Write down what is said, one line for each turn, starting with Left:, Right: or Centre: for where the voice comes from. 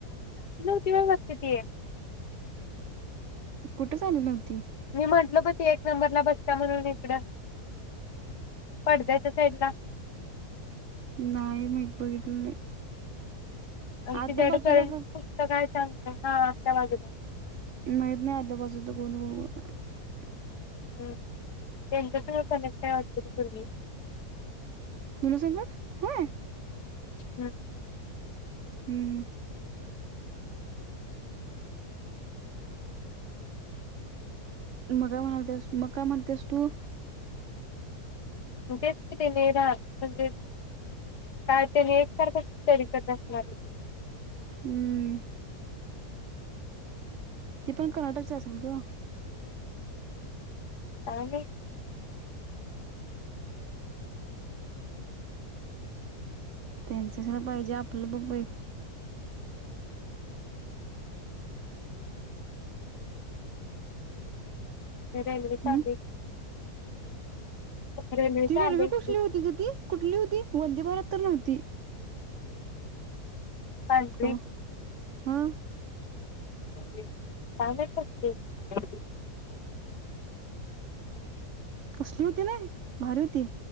Left: किती वेळ बसते ती.
Right: कुठंच आली नव्हती.
Left: मी म्हंटल पण ती एक नंबरला बसत्या म्हणून इकडं पडद्याच्या साईडला.
Right: नाही माहित बघीतल नाही.
Left: अग
Right: आतल्या
Left: तिच्याकड
Right: बाजूला
Left: करंट
Right: का
Left: पुस्तक आहे चांगलं. हा आतल्या बाजूला.
Right: माहित नाही आतल्या बाजूच कोण? <unintelligible>
Left: हम्म त्यांच्या संग कनेक्ट हाय वाटतं ती पोरगी.
Right: कुणा संगट? होय!
Left: हम्म.
Right: हम्म हम्म. मग काय म्हणालतेस, मग काय म्हणतेस तु?
Left: म तेेच की तेन हा, म्हणजे काय त्याने एकसारख तरी करत असणार.
Right: हम्म, ती पण कर्नाटकच असल गं
Left: काय माहित
Right: त्यांच्या जा पाहिजे आपलं बघ बाई
Left: रेल्वे
Right: हम्म
Left: चालली. रेल्वे चालली
Right: यी
Left: की
Right: कसली होती गं ती कुठली होती वंदे भारत तर नव्हती
Left: पांढरी
Right: का व? हा
Left: काय माहित कसली, <unintelligible>
Right: कसली होती नाय भारी होती.